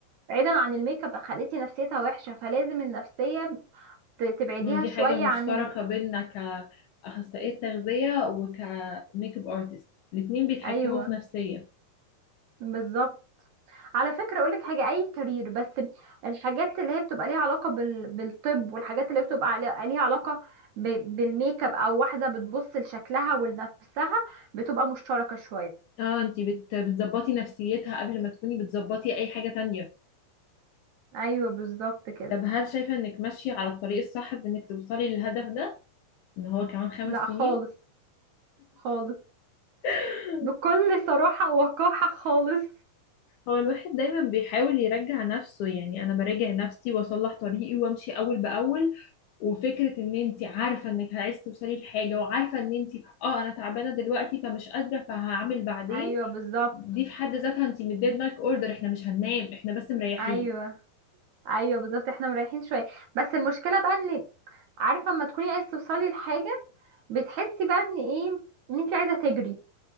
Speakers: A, on the right; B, on the left.
A: بعيدا عن الميك اب خليتي نفسيتها وحشه فلازم النفسيه ت- تبعديها
B: إن دي
A: شويه
B: حاجة مشتركة
A: عن ال...
B: بينا كأخصائية تغذية وكميك اب ارتست الاتنين بيتحكموا
A: ايوه
B: في نفسية
A: بالظبط على فكره اقولك حاجه اي كارير بس الحاجات اللي هي بتبقى ليها علاقه بال... بالطب والحاجات اللي بتبقى علي- ليها علاقه ب... بالميك اب او واحده بتبص لشكلها ولنفسها بتبقى مشتركه شويه
B: اه انتي بت... بتظبطي نفسيتها قبل ما تكوني بتظبطي اي حاجة تانية
A: ايوه بالظبط كده
B: طب هل شايفة انك ماشية على الطريق الصح في انك توصلي للهدف ده ان هو كمان خمس
A: لا
B: سنين
A: خالص خالص
B: <laughs>
A: بكل صراحة ووقاحة خالص
B: هو الواحد دايما بيحاول يرجع نفسه يعني انا براجع نفسي واصلح طريقي وامشي اول باول وفكره ان انت عارفه انك عايزه توصلي لحاجه وعارفه ان انت اه انا تعبانه دلوقتي فمش قادره فهعمل بعدين
A: ايوه بالظبط
B: دي في حد ذاتها انت مديه دماغك اوردر احنا مش هننام احنا بس مريحين
A: ايوه ايوه بالظبط احنا مريحين شوية بس المشكلة بقى ان عارفة لما تكوني عايزة توصلي لحاجة بتحسي بقى ان ايه ان انت عايزة تجري